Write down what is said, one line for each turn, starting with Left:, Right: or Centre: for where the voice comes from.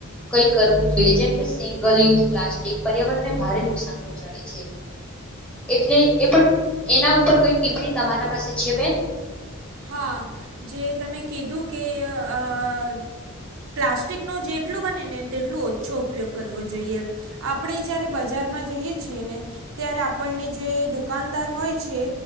Centre: કઈ કરવું જોઈએ, જેમ કે સિંગલ યુઝ પ્લાસ્ટિક પર્યાવરણ ભારે નુકસાન પહોંચાડે છે. એટલે એ પણ એના ઉપર કઈ ટીપ્પણી તમારા પાસે છે, બેન
Right: હા જે તમે કીધું કે અ પ્લાસ્ટિક નો જેટલું બને ને તેટલું ઓછો ઉપયોગ કરવો જોઈએ, આપણે જયારે બજારમા- ને ત્યારે આપણને જે દુકાનદાર હોય છે,